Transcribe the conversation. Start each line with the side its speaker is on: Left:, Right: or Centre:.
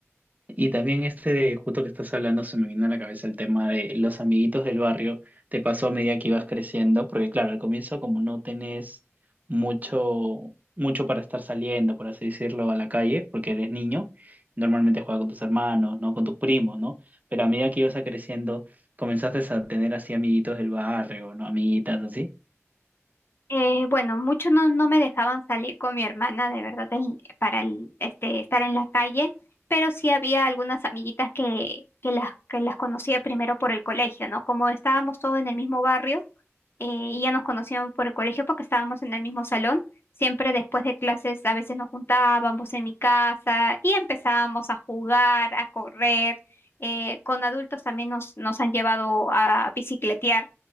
Right: Y también este, justo que estás hablando, se me vino a la cabeza el tema de los amiguitos del barrio. Te pasó a medida que ibas creciendo, porque claro, al comienzo como no tenés mucho, mucho para estar saliendo, por así decirlo, a la calle, porque eres niño, normalmente juegas con tus hermanos, ¿no? Con tus primos, ¿no? Pero a medida que ibas a creciendo, comenzaste a tener así amiguitos del barrio, ¿no? Amiguitas así.
Left: Eh, bueno, muchos no, no me dejaban salir con mi hermana, de verdad, en- para el- este, estar en la calle, pero sí había algunas amiguitas que, que las, que las conocía primero por el colegio, ¿no? Como estábamos todos en el mismo barrio, eh, y ya nos conocíamos por el colegio porque estábamos en el mismo salón. Siempre después de clases a veces nos juntábamos en mi casa y empezábamos a jugar, a correr. Eh, con adultos también nos, nos han llevado a bicicletear